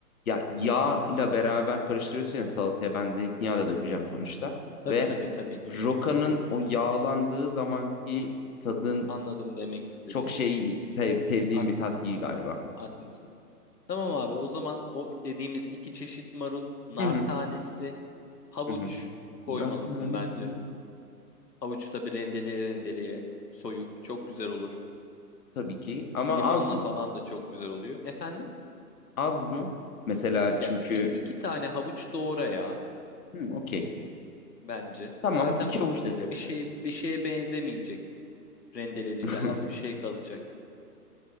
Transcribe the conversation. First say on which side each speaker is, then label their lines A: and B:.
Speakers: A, on the left (about 60°); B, on the left (about 90°).
A: ya yağ ile beraber karıştırıyorsun ya salataya ben zeytinyağı da dökeceğim sonuçta
B: Tabii
A: ve
B: tabii tabii ki.
A: rokanın o yağlandığı zamanki tadın
B: Anladım demek istediğini.
A: çok şey sev, sevdiğim
B: Haklısın,
A: bir tat değil galiba.
B: haklısın. Tamam abi o zaman o dediğimiz iki çeşit marul, nar
A: Hı hı
B: tanesi, havuç
A: hı hı.
B: koymalısın
A: Nar tanesi.
B: bence. Havucu da bir rendeleye rendeleye soyup çok güzel olur.
A: Tabii ki ama
B: Limonla
A: az mı?
B: falan da çok güzel oluyor. Efendim?
A: Az mı? Mesela çünkü
B: Ya iki, iki tane havuç doğra ya
A: hmm, okey.
B: bence.
A: Tamam
B: Zaten
A: iki
B: o
A: avuç da cepte.
B: bir şeye bir şeye benzemeyecek rendelediğinde
A: <laughs>
B: az bir şey kalacak.